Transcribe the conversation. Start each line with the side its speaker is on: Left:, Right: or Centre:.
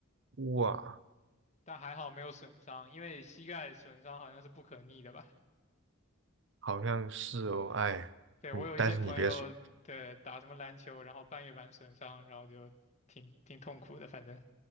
Right: 哇，
Left: 但还好没有损伤，因为膝盖损伤好像是不可逆的吧？
Right: 好像是哦，哎，
Left: 对，
Right: 你但是你别说，
Left: 我有一些朋友，对，打什么篮球，然后半月板损伤，然后就挺挺痛苦的，反正。